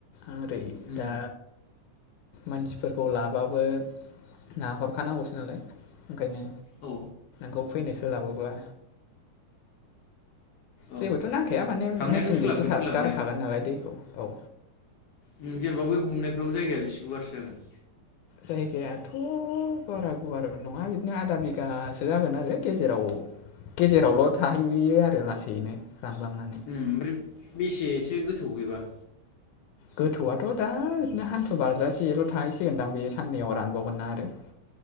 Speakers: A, on the left; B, on the left.
A: ओरै
B: उम
A: दा मानसिफोरखौ लाबाबो नाहरखानांगौसो नालाय ओंखायनो
B: औ
A: खौ फैनो सोलाबोबा
B: औ
A: जेबोथ‌' नांखाया माने
B: थांनायाथ'
A: मेसिनजोंसो
B: सोलाबगोन
A: सार
B: सोलाबनाया
A: गारखागोन नालाय दैखौ। औ
B: ओम जेनेबा बै गुमनायफ्राव जायगाया बेसे गुवारसो जागोन?
A: जायगायाथ' बारा गुवारबो नङा बिदिनो आधा बिगासो जागोन आरो गेजेराव गेजेरावलाय थाहैयो आरो लासैनो रानलांना।
B: ओम ओमफ्राय बेसेसो गोथौ बेबा?
A: गोथौआथ' दा बिदिनो हान्थु बारजासेल' थाहैसिगोनदां बे साननैआव रानबावगोनना आरो।